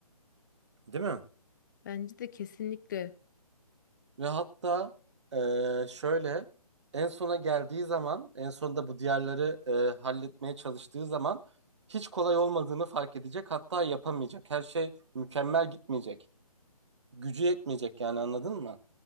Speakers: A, on the right (about 50°); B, on the left (about 30°).
A: Değil mi?
B: Bence de kesinlikle.
A: Ve hatta e, şöyle en sona geldiği zaman en sonunda bu diğerleri e, halletmeye çalıştığı zaman hiç kolay olmadığını fark edecek. Hatta yapamayacak. Her şey mükemmel gitmeyecek. Gücü yetmeyecek yani anladın mı?